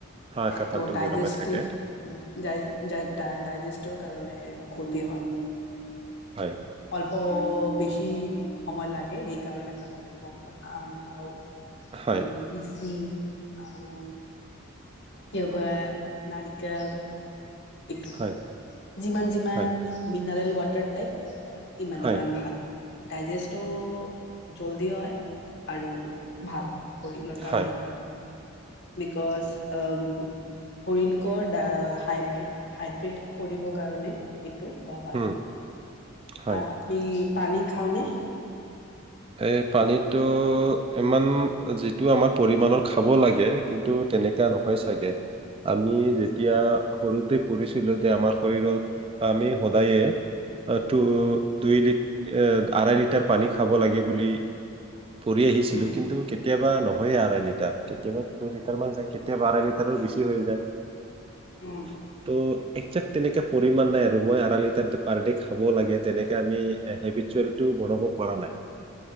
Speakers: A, on the right; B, on the left.
A: হয় কাঁঠালটো
B: ত' ডাইজেষ্টিভ
A: গৰমে থাকে
B: <unintelligible> ডাই - ডাইজেষ্টৰ কাৰণে ক্ষতি হয়।
A: হয়।
B: ত' বেছি সময় লাগে সেইকাৰণে কাঠলটো কম খা, আম খাওঁ।
A: হয়
B: উম লিচি আৰু কিয়কুয়ে নাৰিকল। ইটো,
A: হয়
B: যিমান যিমান
A: হয়
B: মিনাৰেল ল বাটাৰ টাইপ ইমান
A: হয়
B: ইমান ভাল। ডাইজেষ্টটো জল্দি হয় আৰু ভাল। শৰীলৰ কাৰণে
A: হয়
B: ভাল। বিকজ অম - শৰীলকো ডা - হাইড - হাইড্ৰেট কৰিব কাৰণে ইটো খোৱা ভাল।
A: হুম হয়
B: আৰু আপনি পানী খাওঁনে?
A: এই পানীটো ইমান যিটো আমাৰ পৰিমাণৰ খাব লাগে কিন্ টো তেনেকা নহয় চাগে। আমি যেতিয়া সৰুতে পঢ়িছিলো যে আমাৰ শৰীৰত আমি সদায়ে টো দুই লিট এ আঢ়াই লিটাৰ পানী খাব লাগিব বুলি পঢ়ি আহিছিলো
B: অঁ
A: কিন্তু কেত কেতিয়াবা নহয়ে আঢাই লিটাৰ কেতিয়াবা দু লিটাৰ মান যায় কেতিয়াবা আঢাই লিটাৰো বেছি হৈ যায়
B: উম,
A: <unintelligible> ত একজোক্ট তেনেকে পৰিমমানণ নাই আৰু মই আঢা লিটাৰ পাৰ ড খাব লাগে তেনেকে । আমি <unintelligible> ল অনুভৱ কৰা নাই ।